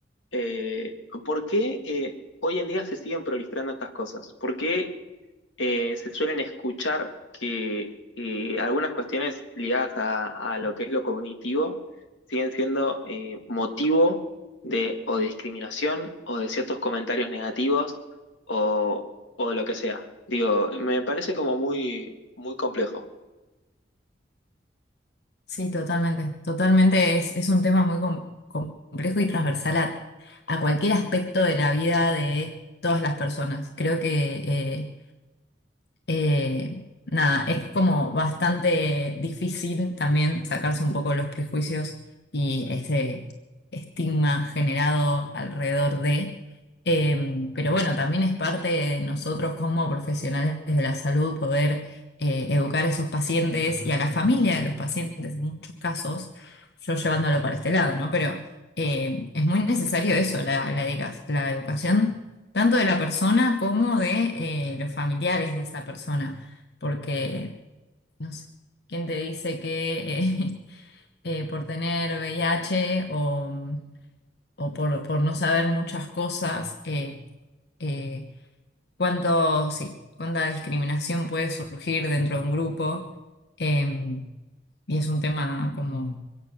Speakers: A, on the left (about 85°); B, on the left (about 60°).
A: Eh, ¿por qué eh, hoy en día se siguen proliferando estas cosas? ¿Por qué eh, se suelen escuchar que eh, algunas cuestiones ligadas a, a lo que es lo cognitivo siguen siendo eh, motivo de o de discriminación o de ciertos comentarios negativos o, o de lo que sea? Digo, me parece como muy, muy complejo.
B: Sí, totalmente. Totalmente es, es un tema muy com- complejo y transversal a, a cualquier aspecto de la vida de todas las personas. Creo que Eh, nada, es como bastante difícil también sacarse un poco los prejuicios y ese estigma generado alrededor de. Eh, pero bueno, también es parte de nosotros como profesionales de la salud poder eh, educar a esos pacientes y a la familia de los pacientes en muchos casos, yo llevándolo para este lado, ¿no? Pero eh, es muy necesario eso, la, la, edica- la educación tanto de la persona como de eh, los familiares de esa persona, porque, no sé, ¿quién te dice que eh, <laughs> eh, por tener VIH o, o por, por no saber muchas cosas, eh, eh, cuánto, sí, cuánta discriminación puede surgir dentro de un grupo? Em, y es un tema como,